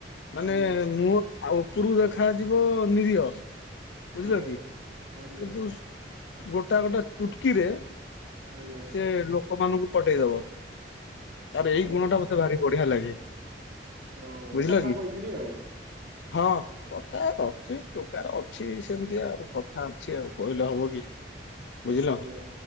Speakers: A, on the left (about 80°); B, on the right (about 75°).
A: ମାନେ
B: ଆଜ୍ଞା
A: ମୁହ ଆଉ ଉପରକୁ ଦେଖାଯିବ ନିରୀହ ବୁଝିଲ
B: ଆଜ୍ଞା
A: କି
B: ଆଜ୍ଞା
A: କିନ୍ତୁ ଗୋଟା ଗୋଟେ ଚୁଟକି ରେ
B: ଆଜ୍ଞା
A: ସେ ଲୋକମାନଙ୍କୁ ପଟେଇ ଦବ ତାର ଏଇ
B: ଓହୋ
A: ଗୁଣ ଟା ମତେ ଭାରି ବଢିଆ ଲାଗେ।
B: ଓହୋ
A: ବୁଝିଲ
B: କଥା
A: କି
B: କହିକିରି ଆଉ
A: ହଁ କଥା ସେ ଟୋକାର ଅଛି ସେମିତିଆ କଥା ଅଛି ଆଉ କହିଲେ ହବ କି। ବୁଝିଲ।
B: ଆଜ୍ଞା